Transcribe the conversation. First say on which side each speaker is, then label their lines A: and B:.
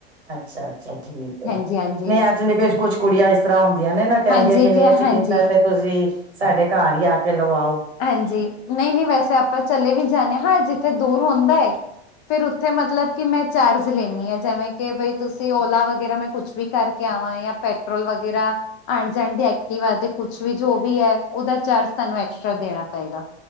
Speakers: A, on the right; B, on the left.
A: ਅੱਛਾ ਅੱਛਾ, ਠੀਕ
B: ਹਾਂਜੀ
A: ਐ।
B: ਹਾਂਜੀ
A: ਨਹੀਂ ਐਕਚੁਲੀ ਕੁਛ ਕੁੜੀਆਂ ਇਸ ਤਰ੍ਹਾਂ ਹੁੰਦੀਆਂ ਨੇ ਨਾ, ਕਹਿੰਦੀਆਂ
B: ਹਾਂਜੀ
A: ਕਿ ਨਹੀਂ ਅਸੀਂ
B: ਹਾਂਜੀ
A: ਕੀਤਾ ਤੇ ਤੂਸੀ ਸਾਡੇ ਘਰ ਹੀ ਆ ਕੇ ਲਵਾਓ।
B: ਹਾਂਜੀ, ਨਹੀਂ ਨਹੀਂ ਵੈਸੇ ਆਪਾਂ ਚਲੇ ਵੀ ਜਾਂ ਨੇ ਆ, ਜਿੱਥੇ ਦੂਰ ਹੁੰਦਾ ਐ ਫਿਰ ਉੱਥੇ ਮਤਲਬ ਕਿ ਮੈਂ ਚਾਰਜ ਲੈਦੀ ਆ, ਜਿਵੇਂ ਕਿ ਬਈ ਤੁਸੀਂ ਓਲਾ ਵਗੈਰਾ ਮੈਂ ਕੁਛ ਵੀ ਕਰ ਕਿਆਾ ਪੈਟਰੋਲ ਵਗੈਰਾ ਆਣ ਜਾਣ ਦੀ ਐਕਟੀਵਾ ਕੁਛ ਵੀ ਜੋ ਵੀ ਐ, ਉਹਦਾ ਚਾਰਜ ਸਾਨੂੰ ਐਕਸਟਰਾ ਦੇਣਾ ਪਏਗਾ।